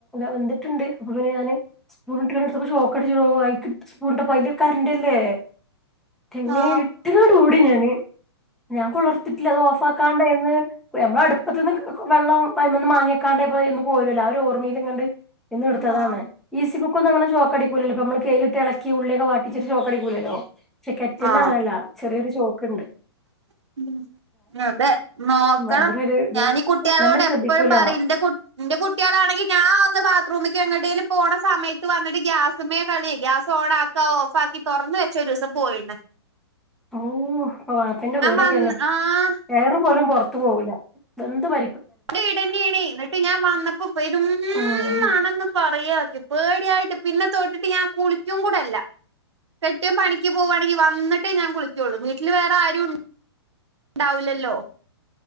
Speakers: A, in the centre; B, on the right.
A: വെന്തിട്ടുണ്ട്. അപ്പൊ പിന്നെ ഞാൻ സ്പൂൺ ഇട്ട് എടുത്തപ്പോൾ ഷോക്ക് അടിച്ചേടോ സ്പൂണിട്ടപ്പ അയ്ല് കറണ്ടല്ലേ തിമ്മേ
B: ആ
A: ഇട്ട് ക്കാണ്ട് ഓടി ഞാന് ഞാൻ കുളിർത്തിട്ടില്ല അത് ഓഫാക്കാണ്ട എന്ന് പ്പ നമ്മളെ അട്പ്പത്തിന്ന് വെള്ളം അയ്മന്ന്മാങ്ങിക്കാണ്ട് <unintelligible> പോരുല്ലല്ലോ ആ ഒരു ഓർമ്മയിൽ ഇങ്ങണ്ട് ഇന്ന് ഇട്ത്തതാണ്
B: ആ
A: ഈസി കുക്കൊന്നും അങ്ങെനെ ഷോക്കടിക്കൂലല്ലോ ഇപ്പ നമ്മള് കെയ്ലിട്ട് ഏളക്കി ഉള്ളിയൊക്കെ വാ ഇച്ചര് ഷോക്കടിക്കൂലല്ലോ ക്ഷെ കെറ്റല്ല്
B: ആ
A: അങ്ങനല്ല ചെറിയൊരു ഷോക്ക് ണ്ട്
B: <unintelligible> നോക്കാം
A: ഭയങ്കര ഒരു ഇത്
B: ഞാനി കുട്ടികളോട്
A: നമ്മള് ശ്രദ്ധിക്കൂല
B: എപ്പഴും പറയുംന്റെ ന്റെ കുട്ടികളാണെങ്കി ഞാ ഒന്ന് ബാത്റൂമി ച്ച് എങേട്ടേലും പോണ സമയത്ത് വന്നിട്ട് ഗ്യാസ്‌മ്മേ കളി ഗ്യാസ് ഓണാക്കാ ഓഫാക്കി തോറന്ന് വെച്ചൊരീസം പ്പോയിണ്
A: ഓ പ്പ വാപ്പിന്റെ വീടൊക്കാണ്
B: വന്ന് ആഹ്
A: ഏറ് പോലും പോറ്ത്തു പോകും എന്ത് ഭ
B: ന്റെ വീടന്നെണേ നെട്ട് ഞാൻ വന്നപ്പോ പെരും
A: ഉം
B: മണന്ന് പറയാകി പേരും യിട്ട് പിന്നെ തോറ്റിട്ട് ഞാൻ കുളിക്കും കൂടെല്ല കെട്ടിയോൻ പണിക്ക് പോവാണെങ്കി വന്നിട്ടേ ഞാൻ കുളിക്കോള്ളൂ വീട്ടില് വേറെ ആരു ണ്ടാവില്ലല്ലോ